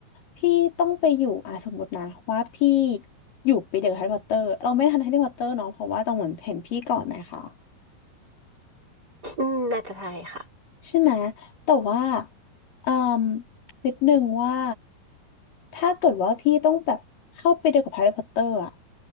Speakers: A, on the left; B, on the right.
A: พี่ต้องไปอยู่อ่ะสมมตินะว่าพี่อยู่ปีเดียวกับแฮร์รี่พอตเตอร์เราไม่ทันแฮร์รี่พอตเตอร์เนาะเพราะว่าตองเหมือนเห็นพี่ก่อนไหมคะ
B: อืมน่าจะไทยค่ะ
A: ใช่ไหม แต่ว่าเอ่มนิดนึงว่า ถ้าเกิดว่าพี่ต้องแบบเข้าไปเดียวกับแฮร์รี่พอตเตอร์อ่ะ